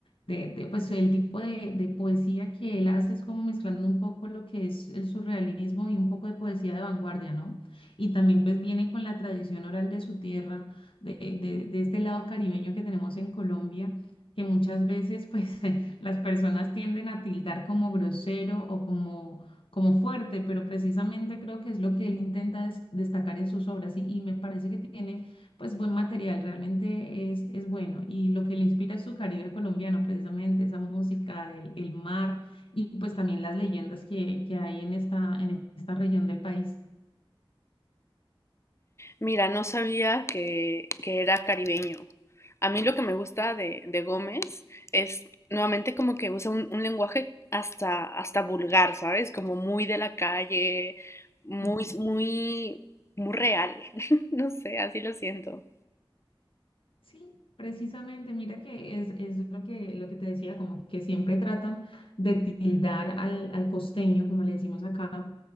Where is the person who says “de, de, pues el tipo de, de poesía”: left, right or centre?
Left